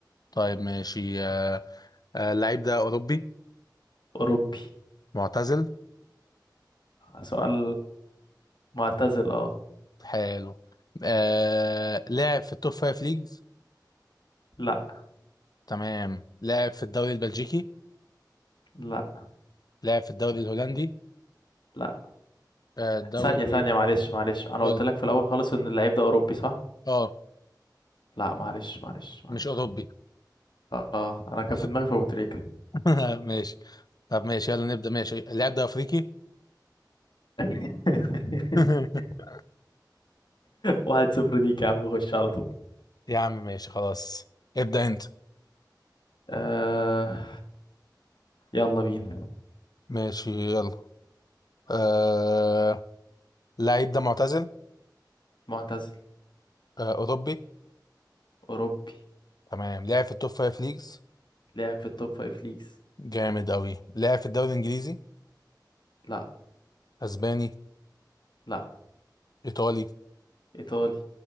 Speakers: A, on the left (about 60°); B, on the left (about 75°).
A: طيب ماشي آه، آه، اللعيب ده أوروبي
B: اوروبي
A: معتزل
B: سؤال معتزل اه
A: حلو آه، لاعب في التوب فايف ليجز
B: لا
A: تمام لاعب في الدوري البلجيكي
B: لا
A: لاعب في الدوري الهولندي
B: لا
A: آه، الدوري
B: ثانية ثانية معلش معلش انا
A: قول
B: قلت لك في الاول خالص ان اللعيب ده اوروبي صح
A: آه
B: لا معلش معلش معلش
A: مش أوروبي
B: اه آه، انا كان
A: أف-
B: في دماغي في ابو تريكة
A: <laughs> ماشي طب ماشي يلا نبدأ ماشي اللاعب ده أفريقي
B: <laughs>
A: <laughs>
B: واحد صفر ليك يا عم خش على طول
A: يا عم ماشي خلاص ابدأ أنت
B: آه يلا بينا
A: ماشي يلا آه اللعيب ده معتزل
B: معتزل
A: آه، اوروبي
B: أوروبي
A: تمام لعب في التوب فايف ليجز
B: لعب في التوب فايف ليجز
A: جامد اوي لعب في الدوري الانجليزي
B: لا
A: اسباني
B: لا
A: ايطالي
B: إيطالي